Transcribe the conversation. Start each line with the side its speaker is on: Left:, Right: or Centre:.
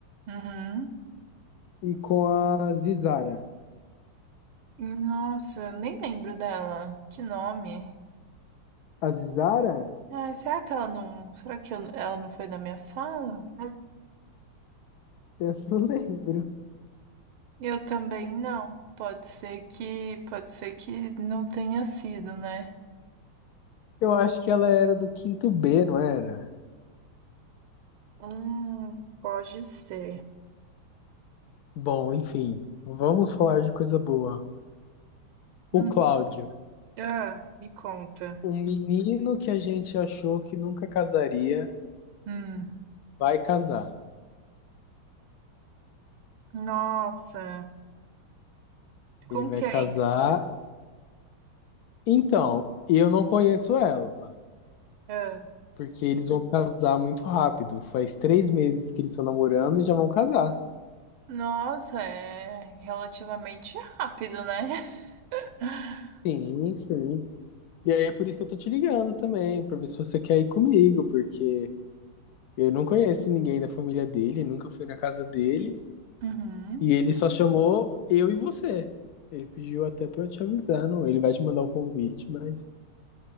Right: uhum.
Left: e com a Zizara.
Right: Nossa, nem lembro dela. Que nome?
Left: A Zizara?
Right: Ah, será que ela não. Será que eu- ela não foi da minha sala? Ah.
Left: Eu <laughs> não lembro.
Right: Eu também não. Pode ser que. Pode ser que não tenha sido, né?
Left: Eu acho que ela era do quinto B, não era?
Right: Hum, pode ser.
Left: Bom, enfim, vamos falar de coisa boa. O
Right: Hum.
Left: Cláudio,
Right: Ah, me conta.
Left: um menino que a gente achou que nunca casaria,
Right: Hum.
Left: vai casar.
Right: Nossa. Com
Left: Ele vai
Right: quem?
Left: casar. Então, eu não conheço ela,
Right: Ah.
Left: porque eles vão casar muito rápido. Faz três meses que eles estão namorando e já vão casar.
Right: Nossa, é relativamente rápido, né? <laughs>
Left: Sim, sim. E aí é por isso que eu tô te ligando também, pra ver se você quer ir comigo, porque eu não conheço ninguém da família dele, nunca fui na casa dele.
Right: Uhum.
Left: E ele só chamou eu e você. Ele pediu até pra eu te avisar, não? Ele vai te mandar o convite, mas.